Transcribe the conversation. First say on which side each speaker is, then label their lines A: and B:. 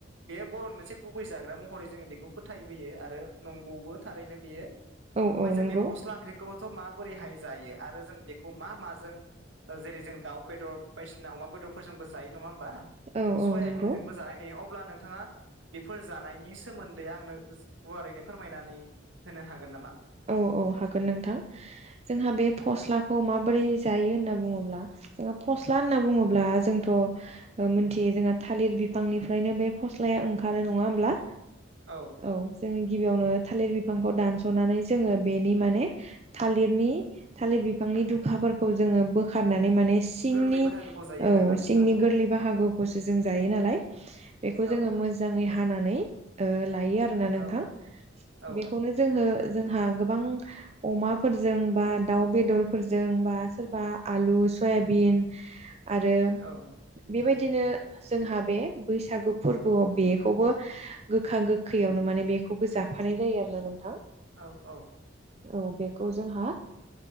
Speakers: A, on the right; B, on the right.
A: बे बर'नि मोनसे गुबै जाग्रा महरै जोंङो बेखौ फोथायबोयो आरो नंगौबो थारैनो बेयो
B: औ
A: ओमफाय
B: औ
A: जों
B: नंगौ
A: बे फस्ला ओंख्रिखौथ' माबोरैहाय जायो आरो जों बेखौ मा माजों जेरै जों दाउ बेदर बायदिसिना अमा बेदरफोरजोंबो जायो नङा होमबा।
B: औ
A: सयाबिनजोंबो
B: औ नंगौ
A: जानाय नुयो अब्ला नोंथाङा बेफोर जानायनि सोमोन्दै आंनो गुवारैनो फोरमायनानै होनो हागोन नामा।
B: औ औ हागोन नोंथां जोंहा बे फस्लाखौ माबोरै जायो होनना बुङोब्ला जोङो फस्ला होनना बुङोब्ला जोंथ' मोनथियो जोंहा थालिर बिफांनिफ्रायनो बे फस्लाया ओंखारो नङा होमब्ला?
A: औ
B: औ जोङो गिबियावनो थालिर बिफांखौ दानस'नानै जोंङो बेनि माने थालिर बिफांनि दुखाफोरखौ जो ब खारनानै माने सिंनि
A: गोरलै बाहागोखौ जायो
B: औ
A: आरोना नोंथां
B: सिंनि
A: औ
B: गोरलै बाहागोखौ खौसो जों जायो नालाय बेखौ
A: औ
B: जोङो मोजाङै हानानै लायो आरो आरोना नोंथां
A: औ औ
B: बेखौनो जों- जोंहा गोबां अमाफोरजों बा दाउ बेदरफोरजों बा सोरबा आलु, सयाबिन आरो
A: औ
B: बेबायदिनो जोंहा बे बैसागु फोरबोआव बेखौबो गोखा गोखैयावनो माने बेखौबो जाफानाय जायो आरोना नोंथां।
A: औ औ
B: औ बेखौ जोंहा